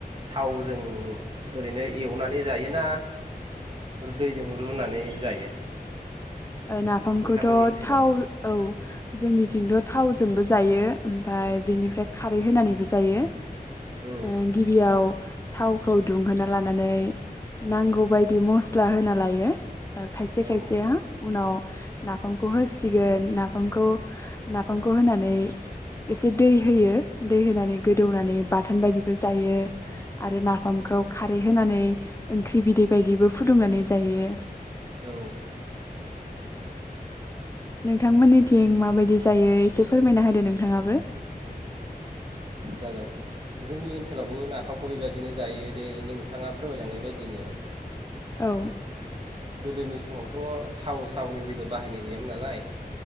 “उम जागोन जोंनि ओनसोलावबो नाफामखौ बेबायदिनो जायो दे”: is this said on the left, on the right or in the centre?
Right